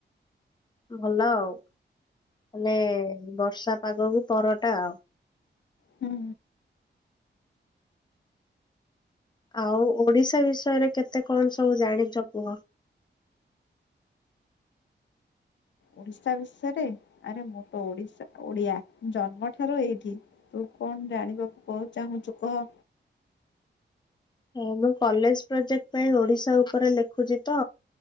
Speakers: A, on the left (about 25°); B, on the left (about 75°).
A: ଭଲ ଆଉ ମାନେ ବର୍ଷା ପାଗକୁ ପରଟା ଆଉ।
B: ହୁଁ
A: ଆଉ ଓଡିଶା ବିଷୟରେ କେତେ କଣ ସବୁ ଜାଣିଛ କୁହ।
B: ଓଡିଶା ବିଷୟରେ ଆରେ ମୁଁ ତ ଓଡିଶା ଓଡିଆ ଜନ୍ମ ଠାରୁ ଏଇଠି ତୁ କଣ ଜାଣିବାକୁ କଣ ଚାହୁଁଛୁ କହ?
A: ହ ମୁଁ କଲେଜ ପ୍ରୋଜେକ୍ଟ ପାଇଁ ଓଡିଶା ଉପରେ ଲେଖୁଛି ତ